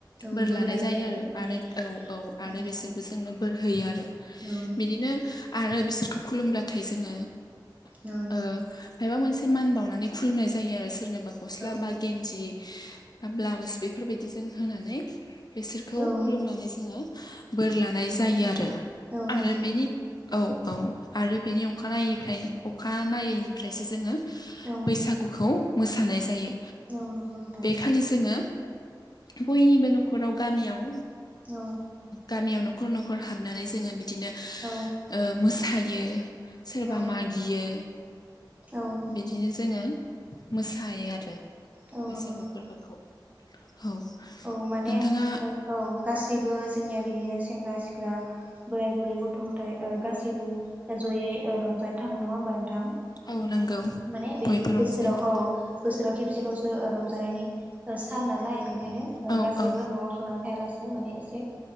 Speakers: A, on the right; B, on the left.
A: औ
B: बोर लानाय
A: लायो
B: जायो
A: औ
B: आरो आरो औ-औ
A: औ
B: आरो बेसोरबो जोंनो बोर होयो आरो
A: औ
B: बिदिनो आरो बिसोरखौ खुलुमब्लाथाय जोङो ओ
A: औ
B: मायबा मोनसे मान बावनानै खुलुमनाय जायो आरो सोरनोबा गस्ला
A: औ
B: बा गेन्जि बा ब्लाउस बेफोरबायदि जों होनानै बेसोरखौ
A: औ
B: खुलुमनानै जोङो बोर लानाय जायो आरो
A: औ नंगौ
B: आरो बेनि औ औ आरो बेनि अखानायै अखानायनायैनिफ्रायसो जोङो
A: औ
B: बैसागुखौ मोसानाय जायो
A: औ नंगौ नोथां
B: बे खालि जोङो बयनिबो न'खराव गामियाव
A: औ
B: गामियाव न'खर न'खर हाबनानै जोङो बिदिनो ओ
A: औ
B: मोसायो सोरबा
A: औ
B: मागियो
A: औ नंगौ
B: बिदिनो जोङो मोसायो आरो
A: औ
B: बैसागु
A: नंगौ नोंथां
B: फोरबोखौ औ
A: औ माने
B: नोंथाङा
A: औ गासैबो जों बिदिनो सेंग्रा सिख्ला बोराय बुरै गथ' गथ गाससिबो जयै रंजायो थाङो नङा होमबा नोंथां
B: औ नंगौ
A: माने बे
B: बयबो रंजायो
A: बोसोराव औ बोसोराव खेबसे लसो ज रंजानायनि सान नालाय बेनिखायनो
B: औ
A: गाैसैबो
B: औ
A: न'आव जना थायालासेनो माने एसे